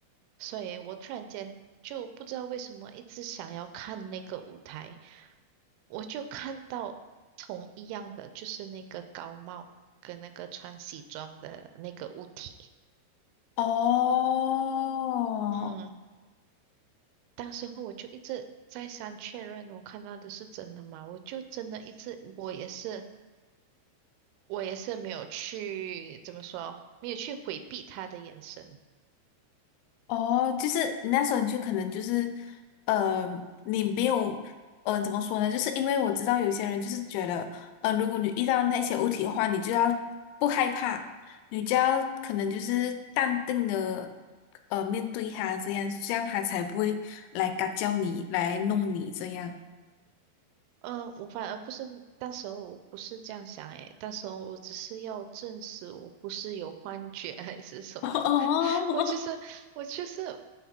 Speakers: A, on the right (about 85°); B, on the left (about 85°).
A: 所以我突然间就不知道为什么一直想要看那个舞台，我就看到同一样的，就是那个高帽跟那个穿西装的那个物体。
B: 哦。
A: 嗯，当时候我就一直再三确认我看到的是真的吗？我就真的一直，我也是，我也是没有去，怎么说，没有去回避他的眼神。
B: 哦，就是那时候你就可能就是，呃，你没有，呃，怎么说呢？就是因为我知道有些人就是觉得，呃，如果你遇到那些物体的话，你就要不害怕，你就要可能就是淡定的，呃，面对它，这样这样它才不会来嘎叫你，来弄你这样。
A: 嗯、我反而不是，当时候我不是这样想诶，当时候我只是要证实我不是有幻觉 <laughs> 还是什么，
B: <laughs> 哦，
A: <laughs> 我就是我就是，